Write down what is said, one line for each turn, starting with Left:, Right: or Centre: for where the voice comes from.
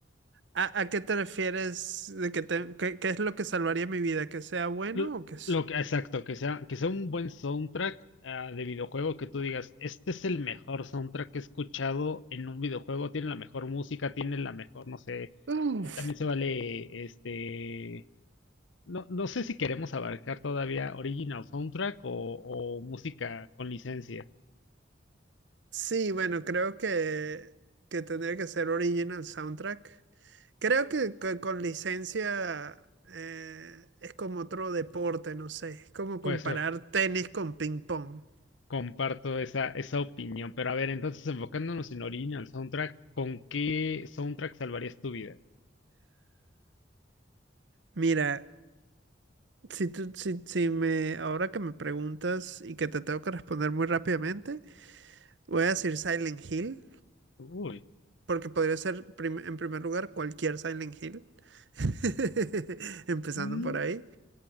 Right: ¿A, a qué te refieres? ¿De que te- qué, qué es lo que salvaría mi vida? ¿Que sea bueno
Left: Lo
Right: o que sea...
Left: lo que, exacto, que sea, que sea un buen soundtrack ah, de videojuego, que tú digas, este es el mejor soundtrack que he escuchado en un videojuego, tiene la mejor música, tiene la mejor, no sé,
Right: Uf.
Left: eh, también se vale, este, no, no sé si queremos abarcar todavía original soundtrack o, o música con licencia.
Right: Sí, bueno, creo que, que tendría que ser original soundtrack. Creo que, co- con licencia eh, es como otro deporte, no sé. Es como
Left: Puede
Right: comparar
Left: ser,
Right: tenis con ping pong.
Left: comparto esa, esa opinión, pero a ver, entonces enfocándonos en original soundtrack, ¿con qué soundtrack salvarías tu vida?
Right: Mira, Si tú, si, si me, ahora que me preguntas y que te tengo que responder muy rápidamente, voy a decir Silent Hill,
Left: Uy,
Right: porque podría ser prim- en primer lugar cualquier Silent Hill, <laughs> empezando
Left: mm,
Right: por ahí.